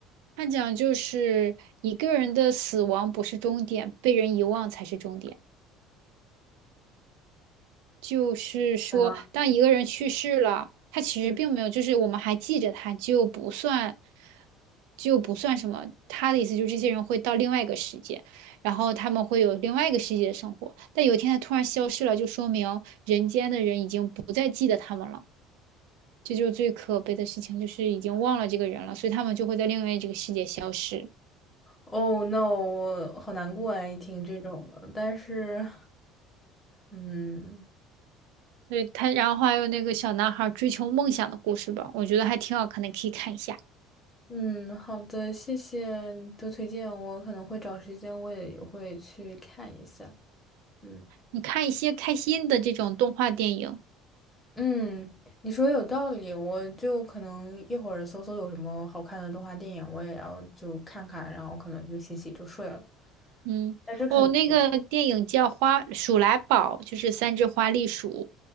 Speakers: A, on the right (about 80°); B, on the left (about 15°).
A: 它讲就是一个人的死亡不是终点，被人遗忘才是终点。就是说，
B: 可能，
A: 当一个人去世了，他其实并没有，
B: 嗯
A: 就是我们还记着他，就不算，就不算什么。他的意思就是，这些人会到另外一个世界，然后他们会有另外一个世界的生活。但有一天他突然消失了，就说明人间的人已经不再记得他们了。这就是最可悲的事情，就是已经忘了这个人了，所以他们就会在另外这个世界消失。
B: ，Oh no，我好难过哎，听这种的。但是，嗯
A: 对他，然后还有那个小男孩追求梦想的故事吧，我觉得还挺好看的，可以看一下。
B: 嗯，好的，谢谢你的推荐，我可能会找时间，我也会去看一下。嗯。
A: 你看一些开心的这种动画电影，
B: 嗯，你说有道理，我就可能一会儿搜搜有什么好看的动画电影，我也要就看看，然后可能就洗洗就睡了。
A: 嗯，
B: 但是可能有
A: 哦，那个电影叫《花鼠来宝》，就是三只花栗鼠，